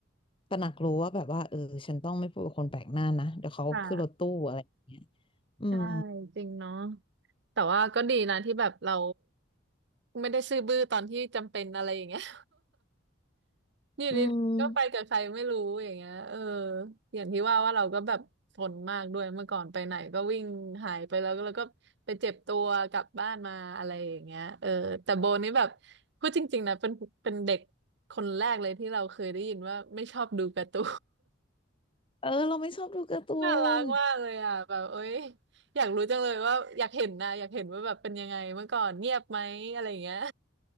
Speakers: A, on the left; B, on the right.
A: ตระหนักรู้ว่าแบบว่าเออฉันต้องไม่พูดกับคนแปลกหน้านะเดี๋ยวเขาขึ้นรถตู้อะไรอย่างเงี้ย
B: ค่ะ
A: อืม
B: ใช่จริงเนาะแต่ว่าก็ดีนะที่แบบเราไม่ได้ซื่อบื้อตอนที่จำเป็นอะไรอย่างเงี้ย อยู่ดีๆก็ไปกับใครไม่รู้อย่างเงี้ยเออ
A: อืม
B: อย่างที่ว่าว่าเราก็แบบทนมากด้วยเมื่อก่อนไปไหนก็วิ่งหายไปแล้วก็แล้วก็ไปเจ็บตัวกลับบ้านมาอะไรอย่างเงี้ยเออแต่โบนี่แบบพูดจริงๆนะเป็นเป็นเด็กคนแรกเลยที่เราเคยได้ยินว่าไม่ชอบดูการ์ตู
A: เออเราไม่ชอบดูการ์ตูน
B: น <laughs> น่ารักมากเลยอ่ะแบบเอ้ยอยากรู้จังเลยว่าอยากเห็นนะอยากเห็นว่าแบบเป็นยังไงเมื่อก่อนเงียบไหมอะไรอย่างเงี้ย